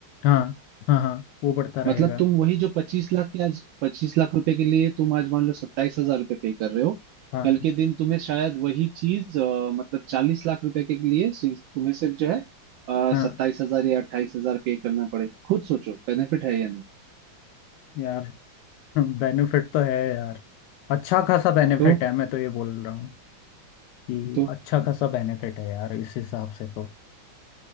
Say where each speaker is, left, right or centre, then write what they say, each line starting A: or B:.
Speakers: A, on the left (about 70°); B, on the right (about 75°).
A: हाँ हाँ हाँ वो बढ़ता रहेगा
B: मतलब तुम वही जो पच्चीस लाख के आज पच्चीस लाख रुपए के लिए तुम आज मान लो सत्ताईस हजार रुपये पे कर रहे हो
A: हाँ
B: कल के दिन तुम्हें शायद वही चीज अ, मतलब चालीस लाख रुपए के लिए सिर्फ- तुम्हें सिर्फ जो है uh,
A: हाँ
B: सत्ताईस हजार या अट्ठाईस हजार पे करना पड़े खुद सोचो बेनिफिट है या नहीं
A: यार <laughs> बेनिफिट तो है यार अच्छा खासा बेनिफिट
B: तो
A: है मैं तो ये बोल रहा हूँ कि
B: तो
A: अच्छा खासा बेनिफिट है यार इस हिसाब से तो